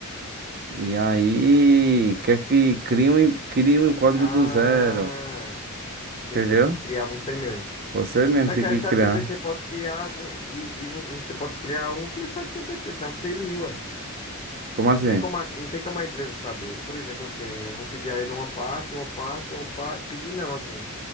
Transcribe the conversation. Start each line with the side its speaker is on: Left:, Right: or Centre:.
Right: E aí, quer que crie um, crie um código
Left: Ah,
Right: do zero,
Left: entendi.
Right: entendeu?
Left: Aí tem que criar você mesmo.
Right: Você mesmo
Left: Só
Right: tem
Left: que
Right: que
Left: aí o ChatGPT
Right: criar.
Left: pode criar algum. E, e vo- você pode criar um que o chat ChatGPT te auxilia, ué.
Right: Como assim?
Left: Não tem como a, não tem como a empresa saber. Por exemplo, assim, eu vou pedir a ele uma parte, uma parte, uma parte. Pedir não, assim.